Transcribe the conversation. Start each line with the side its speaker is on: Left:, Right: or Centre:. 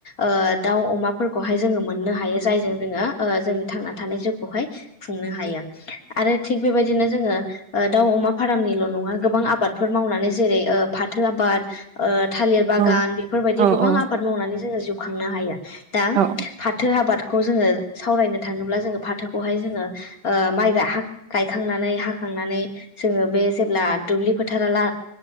Left: ओ दाउ अमाफोरखौहाय जोङो मोननो हायो जायजों जोङो ओ जोंनि थांनानै थानाय जिउखौहाय खुंनो हायो आरो थिग बेबायदिनो जोङो ओ दाउ अमा फर्मनिल' नङा गोबां आबादफोर मावनानै जेरै ओ फाथो आबाद ओ थालिर बागान
Right: औ
Left: बेफोरबायदि गोबां
Right: औ
Left: आबाद मावनानै जोङो जिउ खांनो हायो दा
Right: उम
Left: फाथो आबाद खौ जोङो सावरायनो थाङोब्ला जोङो फाथोखौहाय जोङो ओ माइ हा गायखांनानै हाखांनानै जोङो बे जेब्ला दुब्लि फोथारा ला